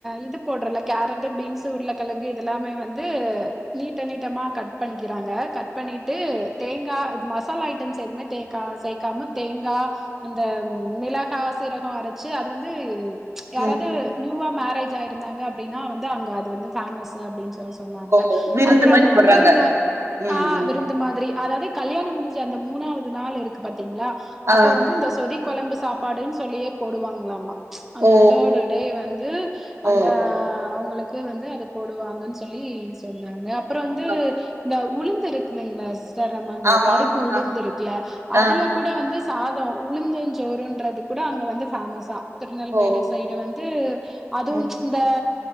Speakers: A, in the centre; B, on the right (about 60°).
A: இது போடுறல கேரட்டு பீன்ஸ் உருளகெழங்கு இதெல்லாமே வந்து ந்து நீட்ட நீட்டமா கட் பண்ணிக்கிறாங்க கட் பண்ணிட்டு தேங்கா இது மசாலா ஐட்டம்ஸ் எதுவுமே தேக்கா சேக்காம தேங்கா அந்த மிளகா சீரக அரைச்சு அது வந்து யாராது
B: ம்
A: நியு யுவா மேரேஜ் ஆயிருந்தாங்க அப்டின்னா வந்து அங்க அது வந்து ஃபேமஸ் அப்டின்னு சொல்ல சொன்னாங்க
B: ஓ விருந்து
A: அப்பறம்
B: மாரி
A: அங்க
B: போட்றாங்க
A: வந்து இந்த
B: ம்
A: ஆ
B: ம்
A: விருந்து மாதிரி அதாவது கல்யாணம் முடிஞ்சு அந்த மூணாவது நாள் இருக்கு பாத் திங்களா அப்ப
B: ஆ
A: வந்து இந்த சொதி கொழம்பு சாப்பாடுன்னு சொல்லியே போடுவாங்களாமா அந்த
B: ஓ
A: தேடு டே வந்து
B: ஓ
A: அந்த அவங்களு க்கு வந்து அத போடுவாங்கன்னு சொல்லி சொன்னாங்க அப்பற வந்து
B: ஓ
A: இந்த உளுந்து இருக்குலங்கள சிஸ்டர் நம்ம இந்த
B: ஆமா
A: கருப்பு உளுந்து
B: ஆ
A: இருக்குல அதுல
B: ஆ
A: கூட வந்து சாதம் உளுந்துஞ்சோறுன்றது கூட அங்க வந்து ஃபேமஸா திருநெல்வேலி
B: ஓ
A: சைடு வந்து அதுவு
B: ம்
A: இந்த